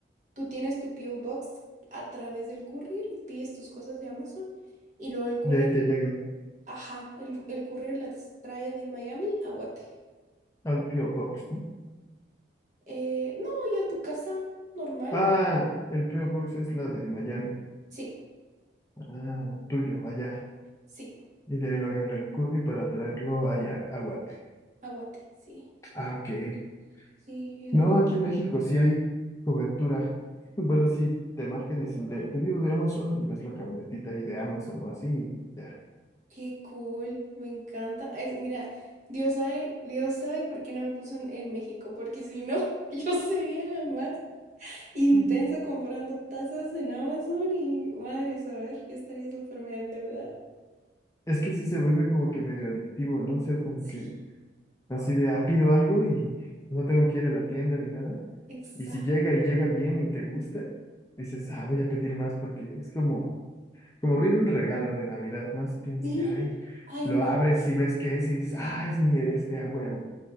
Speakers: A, on the right; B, on the left.
A: Tú tienes tu P.O. Box a través del courier y pides tus cosas de Amazon y luego el courier,
B: Y ahí te llegan
A: ajá, el, el courier las trae de Miami a Guate.
B: al P.O. Box, ¿no?
A: Eh, no, y a tu casa normal.
B: Ah, el P.O. Box es la de Miami.
A: Sí,
B: Ah, tuyo, allá.
A: sí,
B: Y de ahí lo agarra el curry para traerlo allá, a Guate.
A: a sí.
B: Ah, ok.
A: Sí, fíjate.
B: No, aquí en México sí hay cobertura. <laughs> Bueno, sí, te marcan y dicen de pedido de Amazon y ves la camionetita ahí de Amazon o así y ya.
A: Qué cool, me encanta. Es, mira, Dios sabe, Dios sabe por qué no me puso en, en México, porque si no, <laughs> yo sería la más intensa
B: <laughs>
A: comprando tazas en Amazon y madre, saber, yo estaría súper mega endeudada.
B: Es que sí se vuelve como que medio adictivo, ¿no? O sea, como
A: Sí,
B: que así de, ah, pido algo y no tengo que ir a la tienda ni nada.
A: Exacto.
B: Y si llega y llega bien y te gusta, dices, ah, voy a pedir más porque es como, como abrir un regalo de Navidad, ¿no? Así tienes
A: Sí,
B: que, ay,
A: ay
B: lo
A: no,
B: abres y ves qué es y dices, ah, es mi este a huevo.